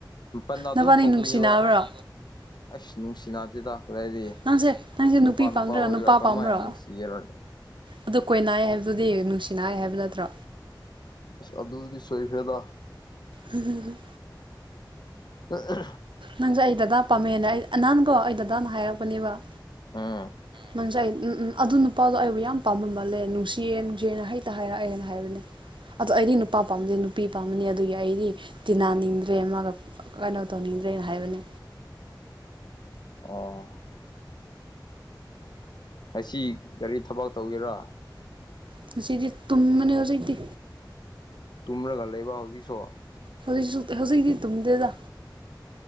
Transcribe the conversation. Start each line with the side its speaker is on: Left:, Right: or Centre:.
Left: ꯃꯥꯄꯟꯅ ꯑꯗꯨꯝ
Right: ꯅꯕꯥꯅꯤ
Left: ꯊꯣꯛꯄꯅꯦꯕ
Right: ꯅꯨꯡꯁꯤꯅꯕ꯭ꯔꯣ
Left: ꯑꯁ ꯅꯨꯡꯁꯤ ꯅꯥꯗꯦꯗ ꯑꯗꯏꯗꯤ
Right: ꯅꯪꯁꯦ ꯅꯪꯁꯦ
Left: ꯅꯨꯄꯥ
Right: ꯅꯨꯄꯤ
Left: ꯅꯨꯄꯥ
Right: ꯄꯥꯝꯗ꯭ꯔꯥ
Left: ꯑꯣꯏꯔ ꯀꯔꯝꯥꯏꯅ
Right: ꯄꯥꯝꯕ꯭ꯔꯣ
Left: ꯅꯨꯡꯁꯤꯒꯔꯣꯅꯤ
Right: ꯑꯗꯨ ꯀꯣꯏ ꯅꯥꯏꯌꯦ ꯍꯥꯏꯕꯗꯨꯗꯤ ꯅꯨꯡꯁꯤꯅꯥꯏꯌꯦ ꯍꯥꯏꯕ ꯅꯠꯇ꯭ꯔꯣ
Left: ꯑꯗꯨꯗꯤ ꯁꯣꯏꯈ꯭ꯔꯦꯗ
Right: ꯍꯝ ꯍ <unintelligible>
Left: ꯑ <unintelligible>
Right: ꯅꯪꯁꯦ ꯑꯩ ꯗꯗꯥ ꯄꯥꯝꯃꯦꯟꯅ ꯑꯩ ꯑꯅꯥꯟꯀꯣ <unintelligible> ꯑꯩ ꯗꯥꯗꯥ ꯍꯥꯏꯔꯛꯄꯅꯦꯕ
Left: ꯎꯝ
Right: ꯅꯪꯁꯦ ꯑꯩ ꯎꯝ ꯎꯝ ꯑꯗꯨ ꯅꯨꯄꯥꯗꯣ ꯑꯩꯕꯨ ꯌꯥꯝ ꯄꯥꯝꯕ ꯃꯥꯜꯂꯦ ꯅꯨꯡꯁꯤꯌꯦ ꯅꯨꯡꯁꯤꯌꯦꯅ ꯍꯥꯏꯇ ꯍꯥꯏꯔꯛꯑꯦꯅ ꯍꯥꯏꯕꯅꯦ ꯑꯗꯣ ꯑꯩꯗꯤ ꯅꯨꯄꯥ ꯄꯥꯝꯗꯦ ꯅꯨꯄꯤ ꯄꯥꯝꯕꯅꯦ ꯑꯗꯨꯒꯤ ꯑꯩꯗꯤ ꯇꯤꯟꯅꯅꯤꯡꯗ꯭ꯔꯦ ꯃꯥꯒ ꯀꯩꯅꯣ ꯇꯧꯅꯤꯡꯗ꯭ꯔꯦꯅ ꯍꯥꯏꯕꯅꯦ
Left: ꯑꯣ ꯑꯁꯤ ꯀꯔꯤ ꯊꯕꯛ ꯇꯧꯒꯦꯔꯣ
Right: ꯉꯁꯤꯗꯤ ꯇꯨꯝꯃꯅꯤ ꯍꯧꯖꯤꯛꯇꯤ
Left: ꯇꯨꯝꯔꯒ ꯂꯩꯕ ꯍꯧꯖꯤꯛꯁꯨ
Right: ꯍꯧꯖꯤꯛꯁꯨ ꯍꯧꯖꯤꯛꯇꯤ ꯇꯨꯝꯗꯦꯗ